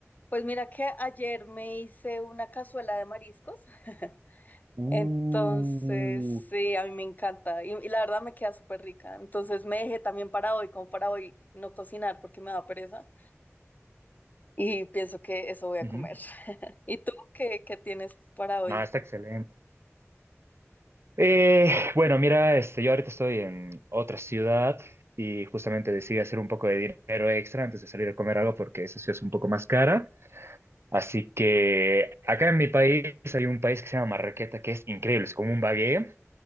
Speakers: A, on the left; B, on the right.
A: pues mira que ayer me hice una cazuela de mariscos, <laughs>
B: Uh,
A: entonces sí, a mí me encanta y, y la verdad me queda súper rica. Entonces me dejé también para hoy, como para hoy no cocinar porque me da pereza y pienso que eso voy a
B: ujú.
A: comer. <laughs> ¿Y tú qué, qué tienes para hoy?
B: No, está excelente. Eh, bueno, mira, este, yo ahorita estoy en otra ciudad y justamente decidí hacer un poco de dinero extra antes de salir a comer algo porque esa ciudad es un poco más cara. Así que acá en mi país hay un país que se llama Marraqueta que es increíble, es como un bagué